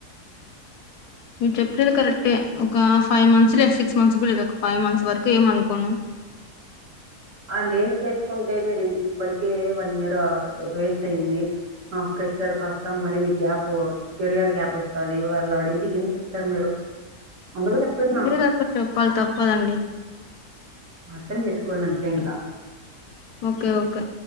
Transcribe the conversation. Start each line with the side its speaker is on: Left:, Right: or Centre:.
Left: మీరు చెప్తున్నది కరెక్టే ఒక ఫైవ్ మంత్స్ లేదా సిక్స్ మంత్స్ వరకు లేదు ఒక ఫైవ్ మంత్స్ వరకు ఏమనుకోను.
Right: అ లేట్ చేసుకుని అంటే మీరు ఇప్పటికే వన్ ఇయర్ వేస్ట్ అయింది ఆ ఫ్రెషర్ కాస్తా మరి మీకు గ్యాప్ కెరియర్ గ్యాప్ వస్తాది. వాళ్ళు అడిగితే ఏం చెప్తారు మీరు. అందుకే చెప్తున్నా
Left: ఏదో ఒకటి చెప్పాలి తప్పదండి.
Right: అర్థం చేసుకోండి అంతే ఇంక.
Left: Okay okay